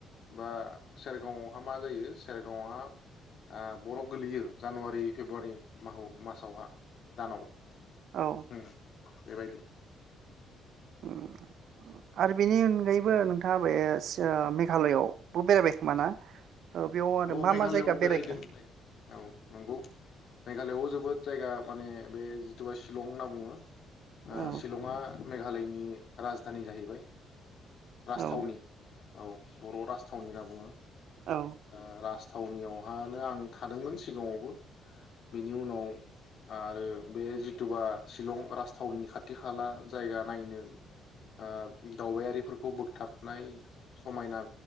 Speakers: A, on the left; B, on the right.
A: बा सेरगावआवहा मा जायो सेरगावआवहा बरफ गोल्लैयो जानुवारि फेब्रुवारि मासावहा दानाव
B: औ
A: उम बेबायदि
B: उम आरो बेनि अनगायैबो नोंथाङा बे मेघालयआवबो बेरायबाय खोमा ना? औ बेयाव आरो
A: औ
B: मा
A: मेघालयआव
B: मा जायगा
A: बेरायदों
B: बेरायखो
A: औ नोंगौ मेघालआवबो जोबोद जायगा माने बे जिथुबा शिलं होनना बुङो आ
B: औ
A: शिलंआ मेघालयनि राजधानि जाहैबाय राजथावनि
B: औ
A: औ बर' राजथावनि होनना बुङो
B: औ
A: ओ राज राजथावनियावहानो आं थादोंमोन सिगाङावबो बेनि उनाव ओ आरो बे जिथुबा शिलं राजथावनि खाथि खाला जायगा नायनो ओ दावबायारिफोरखौ बोगथाबनाय समायना